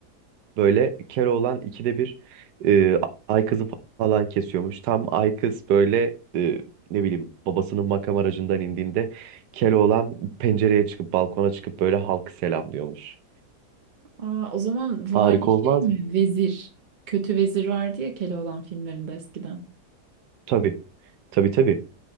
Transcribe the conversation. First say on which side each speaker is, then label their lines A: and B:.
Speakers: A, on the right; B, on the right.
A: böyle Keloğlan ikide bir e, ay kızı falan kesiyormuş. Tam ay kız böyle e, ne bileyim babasının makam aracından indiğinde Keloğlan pencereye çıkıp balkona çıkıp böyle halkı selamlıyormuş.
B: <laughs> Aa, o zaman
A: Harika
B: vali şey
A: olmaz
B: mi?
A: mı?
B: Vezir. Kötü vezir vardı ya Keloğlan filmlerinde eskiden.
A: Tabii tabii tabii.